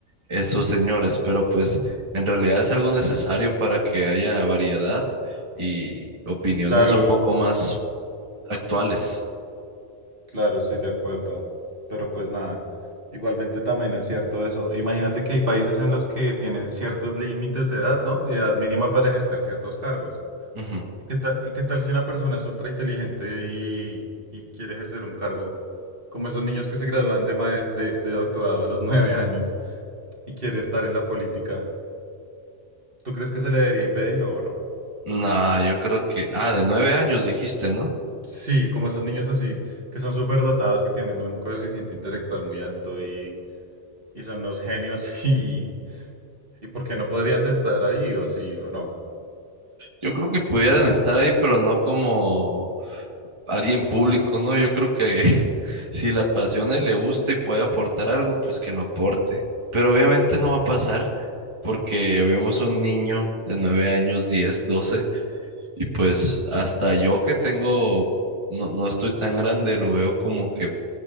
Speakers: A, on the right (about 25°); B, on the right (about 50°).
A: esos señores, pero pues en realidad es algo necesario para que haya variedad y opiniones
B: Claro,
A: un poco más actuales.
B: claro, estoy de acuerdo. Pero pues nada, igualmente también es cierto eso. Imagínate que hay países en los que tienen ciertos límites de edad, ¿no? De edad mínima para ejercer ciertos cargos.
A: Ujú.
B: ¿Y qué tal, y qué tal si una persona es ultra inteligente y, y quiere ejercer un cargo? Como esos niños que se gradúan de, maes- de, de doctorado a los nueve años y quiere estar en la política. ¿Tú crees que se le debería impedir o no?
A: No, yo creo que, ah, de nueve años dijiste, ¿no?
B: Sí, como esos niños así, que son súper dotados, que tienen un coeficiente intelectual muy alto y y son unos genios <laughs> y, y ¿por qué no podrían de estar ahí o sí o no?
A: Yo creo que pudieran estar ahí, pero no como alguien público, ¿no? Yo creo que <laughs> si le apasiona y le gusta y puede aportar algo, pues que lo aporte. Pero obviamente no va a pasar porque vemos un niño de 9 años, 10 12 y pues hasta yo que tengo, no, no estoy tan grande, lo veo como que